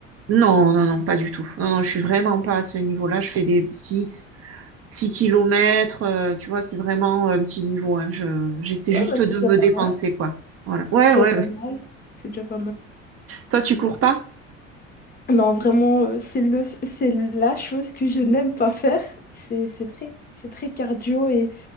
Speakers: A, on the right (about 40°); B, on the left (about 25°).
A: Non, non, non, pas du tout. Non, non, je suis vraiment pas à ce niveau-là. Je fais des six six kilomètres, euh, tu vois, c'est vraiment un petit niveau, hein. Je, j'essaie
B: Ouais,
A: juste
B: bah
A: de
B: c'est déjà
A: me
B: pas
A: dépenser,
B: mal.
A: quoi. Voilà.
B: C'est
A: Ouais,
B: déjà
A: ouais.
B: pas
A: ouais.
B: mal. C'est déjà pas mal.
A: Toi, tu cours pas?
B: Non, vraiment, euh, c'est le, c'est la chose que je n'aime pas faire. C'est, c'est très, c'est très cardio et